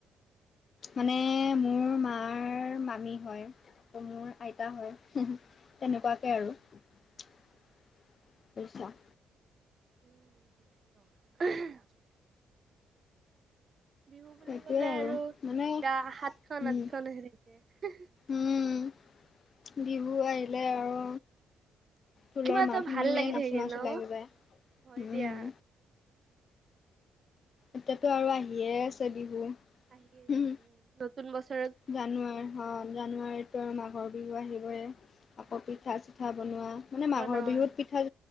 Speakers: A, on the left (about 45°); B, on the right (about 40°).
A: মানে মোৰ মাৰ মামী হয়, মোৰ আইতা হয়। তেনেকুৱাকে আৰু বুজিছা।
B: উহু। বিহু বুলি
A: সেইটোৱে
B: ক'লে আৰু
A: মানে
B: গা সাতখন
A: উম,
B: আঠখন হৈ থাকে।
A: উম বিহু আহিলে আৰু ঢোলৰ
B: কিবা এটা
A: মাত শুনিলে
B: ভাল লাগি
A: নাচো
B: থাকে
A: নাচো
B: ন?
A: লাগি যায়
B: হয়
A: উম।
B: দিয়া।
A: এতিয়াতো আৰু আহিয়ে আছে বিহু।
B: আহি
A: হুম,
B: আছে উ নতুন বছৰত
A: জানুৱাৰী
B: বিহু।
A: অ জানুৱাৰীত। মাঘৰ বিহু আহিবই আকৌ পিঠা চিঠা বনোৱা মানে মাঘৰ
B: বনোৱা
A: বিহুত পিঠা।